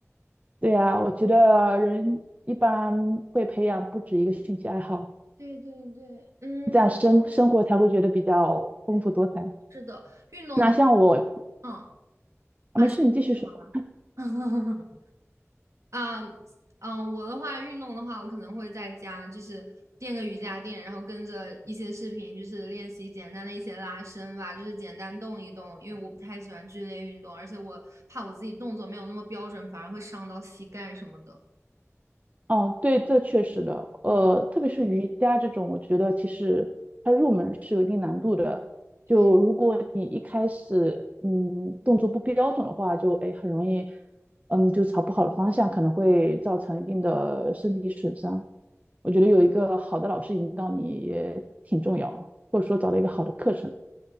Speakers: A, on the right; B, on the right.
A: 对呀，我觉得人一般会培养不止一个兴趣爱好，
B: 对对对，嗯，
A: 这样生生活才会觉得比较丰富多彩。
B: 我对，是的，运动的，
A: 那像我，
B: 话。嗯，
A: 啊没事，
B: 啊，是吗
A: 你继续说。
B: <laughs> 啊，嗯，我的话，运动的话，我可能会在家就是垫个瑜伽垫，然后跟着一些视频，就是练习简单的一些拉伸吧，就是简单动一动，因为我不太喜欢剧烈运动，而且我怕我自己动作没有那么标准，反而会伤到膝盖什么的。
A: 哦，对，这确实的，呃，
B: 对
A: 特别是瑜伽这种，我觉得其实它入门是有一定难度的。
B: 对
A: 就如果你一开始，嗯，动作不标准的话，就哎很容易，嗯，就朝不好的方向，可能会造成一定的身体损伤。我觉得有一个好的老师引导你也挺重要，或者说找到一个好的课程。